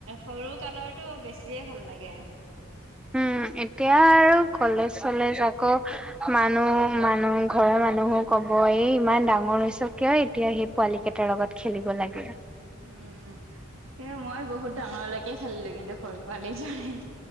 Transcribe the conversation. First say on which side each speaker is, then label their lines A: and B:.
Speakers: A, on the right; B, in the centre.
A: সৰু কালৰটো বেছিয়ে ভাল লাগে।
B: উম, এতিয়া আৰু কলেজ-চলেজ আকৌ মানুহ, মানুহ ঘৰৰ মানুহো ক'ব এই ইমান ডাঙৰ হৈছে কিয় এতিয়া সেই পোৱালি কেইটাৰ লগত খেলিব লাগে।
A: উম, কিন্তু মই বহুত ডাঙৰলৈকে খেলিলো কিন্তু সৰু পোৱালি দৰে।